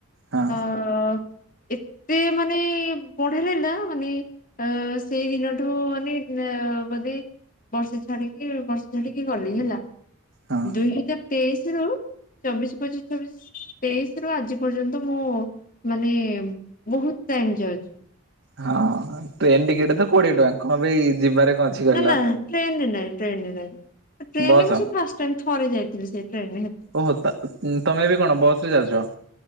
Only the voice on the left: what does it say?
ଅ ଏତେ ମାନେ ବଢିଲା ନା ମାନେ ଅ ସେଇଦିନଠୁ ମାନେ ବୋଧେ ବର୍ଷେ ଛାଡିକି ବର୍ଷେ ଛାଡିକି ଗଲି ହେଲା
ଦୁଇ ହଜାର ତେଇଶି ରୁ ଚବିଶ ପଚିଶ ଚବିଶ ତେଇଶି ରୁ ଆଜି ପର୍ଯ୍ୟନ୍ତ ମୁଁ ମାନେ ବହୁତ ଟାଇମ ଯାଉଛି
ନା ନା ଟ୍ରେନରେ ନାଇଁ ଟ୍ରେନରେ ନାଇଁ ଟ୍ରେନରେ
ମୁଁ ସେ ଫା ଷ୍ଟ ଟାଇମ ଥରେ ଯାଇଥିଲି ସେ ଟ୍ରେନ ରେ